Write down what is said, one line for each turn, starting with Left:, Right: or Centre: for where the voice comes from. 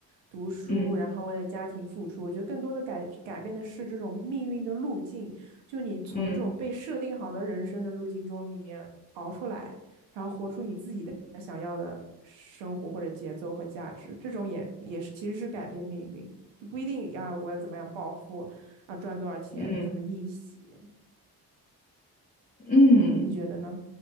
Right: 读书，
Left: 嗯
Right: 然后为了家庭付出。我觉得更多的改改变的是这种命运的路径，就你从这种被设定好的人生的路径中里面逃出来，
Left: 嗯
Right: 然后活出你自己的想要的生活或者节奏和价值。这种也也是其实是改变命运，就不一定要我怎么样暴富啊，赚多少钱，
Left: 嗯
Right: 怎么逆袭。
Left: 嗯。
Right: 你觉得呢？
Left: 嗯